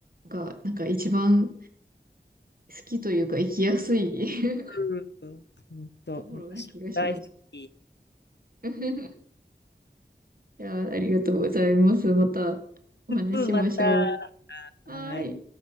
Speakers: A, on the right (about 55°); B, on the left (about 75°).
A: がなんか一番好きというか生きやすい <laughs>
B: うん、ほんと、
A: ところな気がします。
B: 私も大好き。
A: <laughs> いやありがとうございます。またお話ししましょう。
B: うん、また。
A: はい。
B: はい